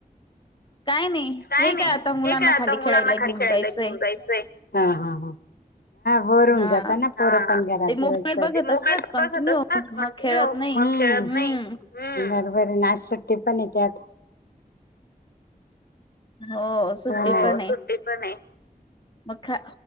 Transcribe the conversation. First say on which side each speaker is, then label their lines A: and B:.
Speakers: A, on the left (about 30°); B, on the left (about 80°).
A: काय नाही.
B: काय
A: हे
B: नाही
A: आता मुलांना
B: हे काय आता
A: खाली
B: मुलांना
A: खेळायला
B: खाली
A: घेऊन
B: खेळायला
A: जायचंय
B: घेऊन जायचंय हा हा. बोर होवून
A: हा
B: जाताना पोर पण घरात
A: ते मोबाईल
B: दिवसभर.
A: बघत
B: ते मोबाईल
A: असतात कंटिन्यू
B: बघत असतात कंटिन्यू.
A: मग खेळत
B: हम्म
A: नाही
B: कोण
A: हम्म
B: खेळत नाही बरोबर आहे ना सुट्टी पण आहे त्यात
A: हो. सुट्टी
B: हो
A: पण आहे
B: सुट्टी पण आहे.
A: मग खा